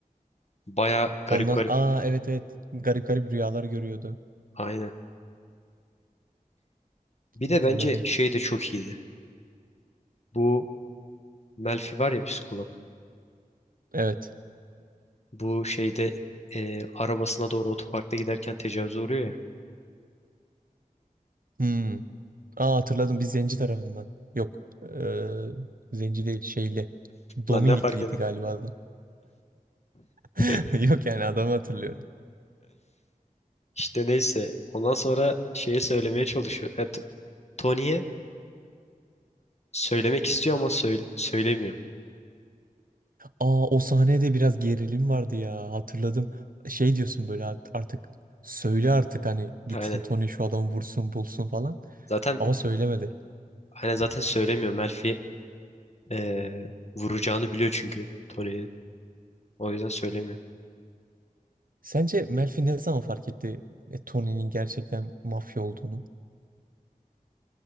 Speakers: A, on the left; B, on the right.
A: Baya garip
B: Ondan
A: garip.
B: aa evet evet garip garip rüyalar görüyordu.
A: Aynen. Bir
B: Hatırladım.
A: de bence şey de çok iyiydi. Bu Melfi var ya psikolog.
B: Evet.
A: Bu şeyde e, arabasına doğru otoparkta giderken tecavüze uğruyor ya.
B: Hmm. Aa hatırladım bir zenci tarafından. Yok. Ee, zenci değil şeyli. Dominikliydi
A: Lan ne fark eder?
B: galiba adam. <laughs>
A: <laughs>
B: Yok yani adamı hatırlıyorum.
A: İşte neyse. Ondan sonra şeye söylemeye çalışıyor. Ya, T- Tony'ye söylemek istiyor ama söyle- söylemiyor.
B: Aa o sahnede biraz gerilim vardı ya hatırladım. Şey diyorsun böyle "Art- artık söyle artık hani gitsin
A: Aynen.
B: Tony şu adamı vursun bulsun falan.
A: Zaten
B: Ama söylemedi.
A: aynen zaten söylemiyor. Melfi eee, vuracağını biliyor çünkü Tony'nin. O yüzden söylemiyor.
B: Sence Melfi ne zaman fark etti e, Tony'nin gerçekten mafya olduğunu?